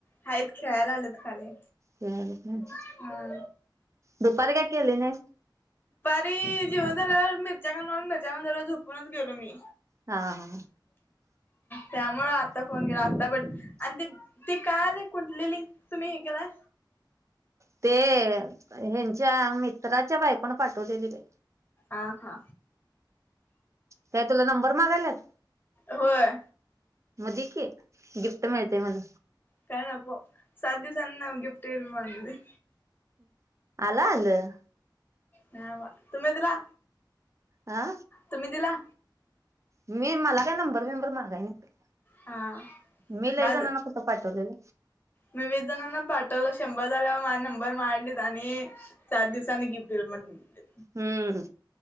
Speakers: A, on the left; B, on the right.
A: हायत खेळायलालेत खाली
B: तयार होत्या
A: हा
B: दुपारी काय केली नाईस
A: मी जीवन झाल्यावर मिरच्या खाणार मिरच्या आण मिरच्या खाल्ल्यावर झोपूनच गेलो मी
B: हा हा
A: त्यामुळे आत्ता फोन गेला आता ब आणि ते ते काल एक कुंठली लिंक तुम्ही हे केलाय
B: ते ह्यांच्या मित्राच्या बायकोण पाठवलेली बाई
A: आ हा
B: त्या तुला नंबर मागायल्यात
A: होय
B: म दि की गिफ्ट मिळतयं म्हण
A: काय नको सात दिवसानं गिफ्ट येईल माझं अम्म <unintelligible>
B: आल आलं
A: न्हाय आबा तुम्ही दिला
B: आ
A: तुम्ही दिला
B: मी मला काय नंबर बिंबर मागाय नाही
A: हा
B: मी लई
A: माझ
B: जणांना कुठं पाठवलेलं.
A: विविध जणांना पाठ शंभर झाल्यावर माझ नंबर मागितलीत आणि चार दिवसांनी गिफ्ट देतो म्हटलीत
B: हम्म